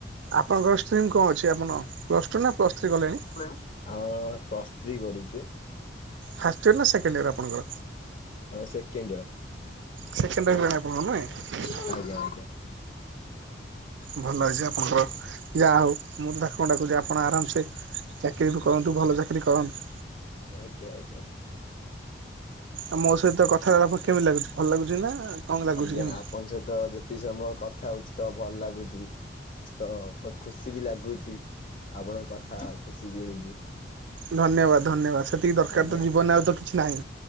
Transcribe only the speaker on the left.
<unintelligible> ଆ ପ୍ଲସ୍ ଥ୍ରୀ କରୁଛୁ।
ହଁ ସେକିଣ୍ଡିଅ।
ଆଜ୍ଞା ଆଜ୍ଞା।
ଆଜ୍ଞା ଆଜ୍ଞା।
ଆଜ୍ଞା
ଆପଣଙ୍କ ସହିତ ଯେତିକି ସମୟ କଥା ହଉଛି ତ ଭଲ ଲାଗୁଛି। ତ ବହୁତ ଖୁସି ବି ଲାଗୁଛି ଆପଣଙ୍କ କଥା ଖୁସି ଜିଣି କି।
ଆଜ୍ଞା